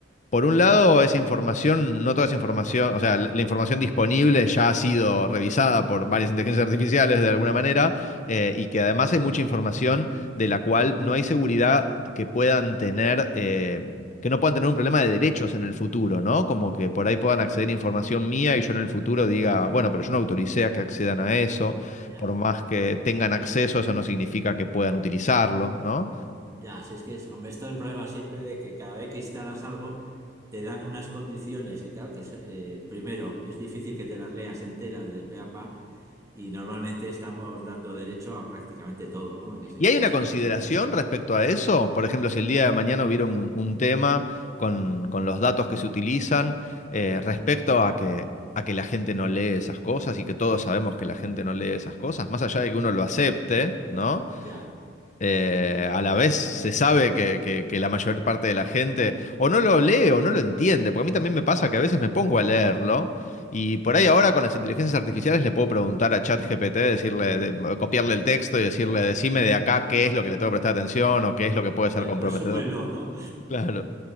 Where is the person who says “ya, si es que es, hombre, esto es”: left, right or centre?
Right